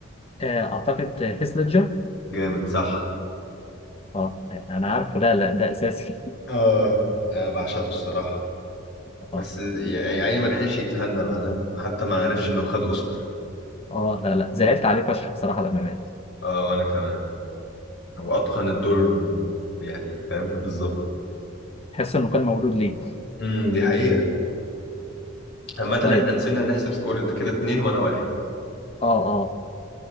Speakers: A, on the left; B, on the left.
A: آه اعتقد هيث ليدجر
B: جامد صح
A: اه يعني انا عارفه لا لا ده اساسي
B: اه انا بعشقه الصراحة
A: <laughs>
B: بس يعني ما لحقش يتهنى بعدها حتى ما عرفش انه خد اوسكار
A: اه لا لا زعلت عليه فشخ بصراحة لما مات
B: اه وانا كمان واتقن
A: آه.
B: الدور يعني فاهم بالظبط
A: تحس انه كان مولود ليه
B: امم دي حقيقة عامة
A: طيب
B: احنا نسينا نحسب سكور انت كده اتنين وانا واحد
A: اه اه